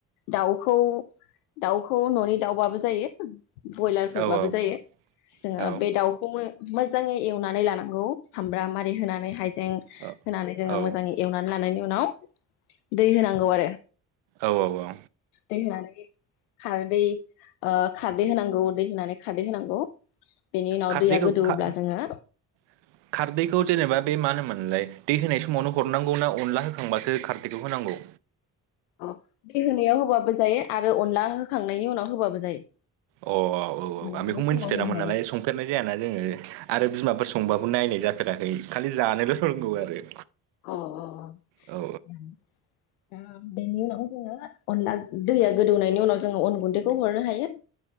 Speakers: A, on the left; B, on the right.
A: दाउखौ दाउखौ न'नि दाउबाबो जायो। बयलारफोरबाबो
B: औ औ
A: जायो जोङो
B: औ
A: बे दाउखौमो मोजाङै एवनानै लानांगौ सामब्राम आरि होनानै हाइजें होनानै
B: औ
A: जोङो
B: औ
A: मोजाङै एवनानै लानायनि उनाव दै होनांगौ आरो
B: औ औ अ
A: दैे होनानै खारदै ओ खारदै होनांगौ दै होनानै खारदै होनांगौ। बेनि उनाव
B: खारदैखौ
A: दैया गोदौवोब्ला
B: खा
A: जोङो
B: <inaudible> खारदैखौ जेनेबा बे मा होनोमोनलाय दै होनाय समावनो हरनांगौ ना अनला होखांबासो खारदैखौ होनांगौ?
A: अ दै होनायाव होबाबो जायो आरो अनला होखांनायनि उनाव होबाबो जायो।
B: अ औ औ औ
A: मोननैबो
B: आं बेखौ मोनथिफेरामोन
A: समाव होनो हायो।
B: नालाय संफेरनाय जायाना जोङो आरो बिमाफोर संबाबो नायनाय जाफेराखै खालि जानोल' रोंगौ आरो
A: अ अ अ
B: औ
A: ओं दा बेनि उनाव जोङो अनला दैया गोदौनायनि उनाव जोङो अन गुन्दैखौ हरनो हायो।